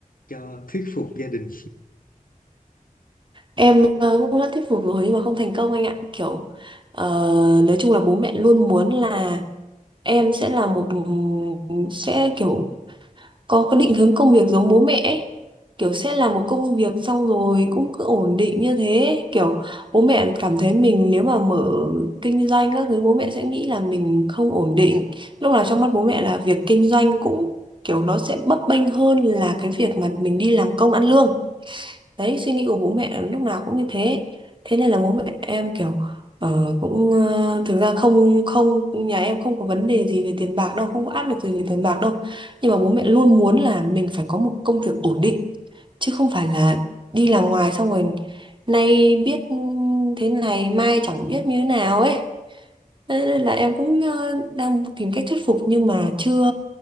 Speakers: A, on the left (about 80°); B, on the right (about 35°).
A: cho thuyết phục gia đình
B: em ờ, cũng đã thuyết phục rồi nhưng mà không thành công anh ạ kiểu ờ, nói chung là bố mẹ luôn muốn là em sẽ là một sẽ kiểu có cái định hướng công việc giống bố mẹ ấy. kiểu sẽ làm một công việc xong rồi cũng cứ ổn định như thế kiểu bố mẹ cảm thấy mình nếu mà mở kinh doanh các thứ bố mẹ sẽ nghĩ là mình không ổn định lúc nào trong mắt bố mẹ là việc kinh doanh cũng kiểu nó sẽ bấp bênh hơn là cái việc mà mình đi làm công ăn lương đấy suy nghĩ của bố mẹ lúc nào cũng như thế thế nên là bố mẹ em kiểu ờ, cũng ờ, thực ra không không nhà em không có vấn đề gì về tiền bạc đâu không có áp lực gì về tiền bạc đâu nhưng mà bố mẹ luôn muốn là mình phải có một công việc ổn định chứ không phải là đi làm ngoài xong rồi nay biết thế này mai chẳng biết như thế nào ấy Thế nên là em cũng ờ, đang tìm cách thuyết phục nhưng mà chưa